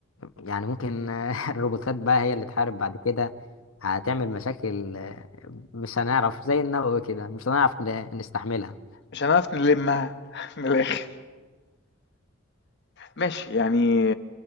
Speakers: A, on the left (about 75°); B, on the left (about 55°).
A: يعني ممكن آه، <laughs> الروبوتات بقى هي اللي تحارب بعد كده هتعمل مشاكل آه، مش هنعرف زي النووي كده مش هنعرف ن- نستحملها
B: مش هنعرف نلمها <laughs> من الاخر ماشي يعني